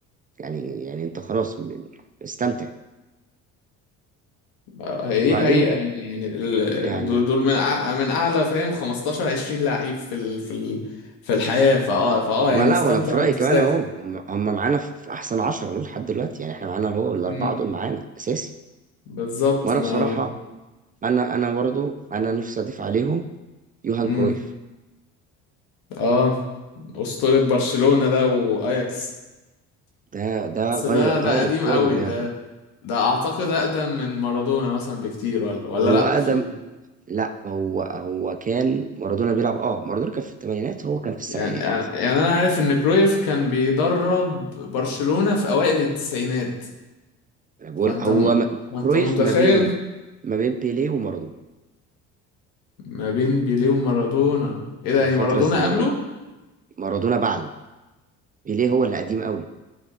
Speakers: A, on the right (about 25°); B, on the left (about 75°).
A: يعني يعني انت خلاص م- استمتع
B: آه، هي
A: وبعدين
B: دي حقيقة يعني ال-
A: يعني
B: دول دول من أع- من أعلى فاهم 15 20 لعيب في ال... في ال... في الحياة فأه فأه
A: ولا
B: يعني استمتع
A: وانا في رايي
B: وأنت
A: كمان
B: ساكت
A: اهو هم هم معانا في في احسن 10 دول لحد دلوقتي يعني احنا معانا اهو الاربعه
B: امم
A: دول معانا اساسي
B: بالظبط
A: وانا
B: ما
A: بصراحه انا انا برضه انا نفسي اضيف عليهم يوهان
B: امم
A: كرويف
B: أه أسطورة برشلونة ده وأياكس
A: ده ده
B: بس ده
A: غير غير
B: ده قديم
A: الكوره
B: قوي
A: بدماغه
B: ده ده أعتقد أقدم من مارادونا مثلا بكتير ولا ولا
A: هو
B: لأ
A: اقدم
B: في
A: لا هو هو كان مارادونا بيلعب اه مارادونا كان في الثمانينات هو كان في السبعينات
B: يعني يعني يعني أنا عارف إن كرويف كان بيدرب برشلونة في أوائل التسعينات
A: أنا بقول
B: فأنت
A: هو
B: م...
A: م-
B: فأنت
A: كرويف
B: متخيل
A: ما بين ما بين بيليه ومارادونا
B: ما بين بيليه ومارادونا ايه
A: في
B: ده يعني
A: الفترة
B: مارادونا
A: الزمنية
B: قبله
A: مارادونا بعده بيليه هو اللي قديم قوي